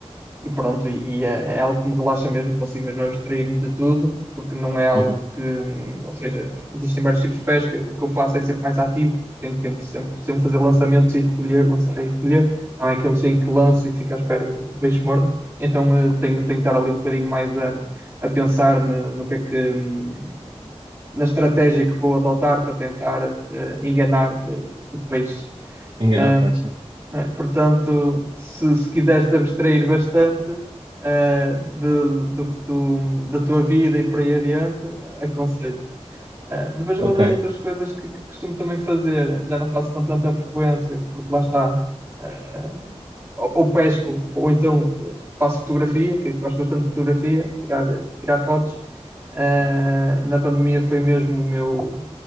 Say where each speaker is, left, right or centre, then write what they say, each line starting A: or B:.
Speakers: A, on the right; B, on the right.
A: E pronto, e é, é algo que me relaxa mesmo, consigo mesmo abstrair-me de tudo, porque não é algo
B: Uhum.
A: que, hum, ou seja, existem vários tipos de pesca, o que eu faço é sempre mais ativo, porque tenho tempo de sempre, sempre fazer lançamentos e recolher, lançar e recolher, não é aqueles em que lanço e fico à espera que, que o peixe morda, então eh, tenho, tenho que estar ali um bocadinho mais a, a pensar na- no que é que, hum, na estratégia que vou adotar para tentar eh, enganar eh, o peixe.
B: Enganar
A: Hum,
B: o pai, sim.
A: né? Portanto, se, se quiseres te abstrair bastante eh, de- do que tu, da tua vida e por aí adiante, aconselho. Eh, depois, uma
B: Ok,
A: das outras coisas que, que costumo também fazer, já não faço com tanta frequência, porque lá está, eh, ou, ou pesco, ou então eh, faço fotografia, que gosto bastante de fotografia, tirar, tirar fotos. Eh, na pandemia foi mesmo o meu